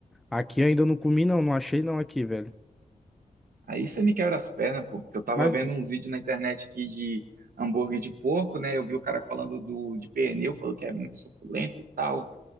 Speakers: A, in the centre; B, on the right.
A: aqui eu ainda não comi não, não achei não aqui, velho.
B: aí você me quebra as pernas, pô. Que Eu tava
A: Mas
B: vendo uns vídeos na internet aqui de hambúrguer de porco, né? Eu vi o cara falando do, de pernil, falou que é muito suculento e tal.